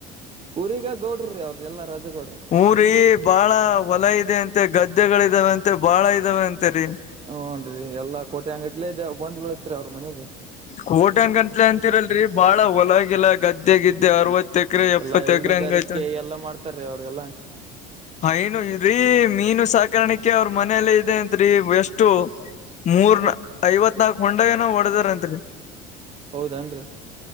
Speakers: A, on the right (about 30°); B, on the left (about 35°).
A: ಊರಿಗ ಗೌಡ್ರ ರೀ ಅವ್ರ್ ಎಲ್ಲ ರಾಜುಗೌಡ
B: ಊ ರೀ ಬಾಳ ಹೊಲ ಇದೆ ಅಂತೆ ಗದ್ದೆಗಳ್ ಇದಾವಂತೆ ಬಾಳ ಇದಾವ ಅಂತೆ ರೀ
A: ಹುನ್ರಿ ಎಲ್ಲಾ ಕೋಟ್ಯಾನ್ ಗಟ್ಲೆೇ ಇದೆ ಬಂದ್ ಬೀಳತ್ರಿ ಅವ್ರ್ ಮನೆಗೆ
B: ಕೋಟ್ಯಾನ್ ಗಟ್ಟ್ಲೆ ಅಂತಿರಲ್ರಿ ಬಾಳ ಹೊಲಗಿಲ್ಲಾ ಗದ್ದೆಗಿದ್ದೆ ಅರವತ್ತ್ ಹತ್ತ್ ಕ್ರೇ ಎಪ್ಪತ್ತ್
A: ಎಲ್ಲಾ ಹೈನುಗಾರಿಕೆ
B: ಕ್ರೇ ಹೆಂಗಯ್ತ್
A: ಎಲ್ಲಾ ಮಾಡ್ತಾರೀ ಅವ್ರೆಲ್ಲಾ
B: ಹಾ ಏನು ರೀ ಮೀನು ಸಾಕಾಣಿಕೆ ಅವ್ರ ಮನೆಯಲ್ಲೇ ಇದೆ ಅಂತ್ರಿ ಎಷ್ಟು ಮೂರ್ ನಾ ಐವತ್ ನಾಲ್ಕ್ ಹೊಂಡ ಏನೋ ಹೊಡದಾರಂತ್ರಿ
A: ಹೌದನ್ರಿ